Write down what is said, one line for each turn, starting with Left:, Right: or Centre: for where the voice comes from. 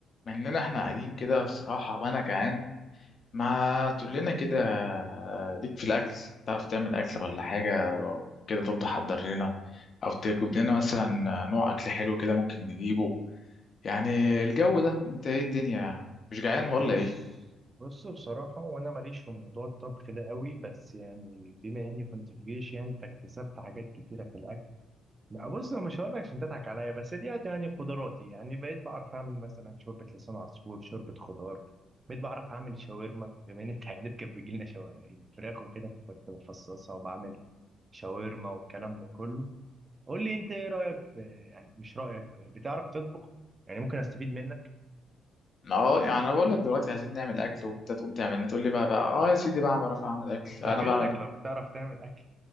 Left: مع اننا احنا قاعدين كده الصراحة وانا جعان ما تقول لنا كده ليك في الاكل تعرف تعمل اكل ولا حاجة لو كده تقوم تحضر لنا او تجيب لنا مثلا نوع اكل حلو كده ممكن نجيبه يعني الجو ده انت ايه الدنيا مش جعان ولا
Right: بص
Left: ايه
Right: بص بصراحة وأنا ماليش في موضوع الطبخ ده قوي بس يعني بما إني كنت في جيش يعني فاكتسبت حاجات كتيرة في الأكل ما بص أنا مش هقول لك عشان تضحك عليا بس دي يعني قدراتي يعني بقيت بعرف أعمل مثلا شوربة لسان عصفور شوربة خضار بقيت بعرف أعمل شاورما بما إن التعيينات كانت بيجي لنا شوا- فراخ وكده كنت بفصصها وبعمل شاورما والكلام ده كله قول لي أنت إيه رأيك في يعني مش رأيك بتعرف تطبخ يعني ممكن أستفيد منك
Left: اه يعني انا بقول لك دلوقتي عايزين نعمل اكل وانت تقوم تعمل لنا تقول لي بقى بقى اه يا سيدي بقى بعرف اعمل اكل
Right: أستغلك
Left: انا بعمل
Right: لو بتعرف تعمل أكل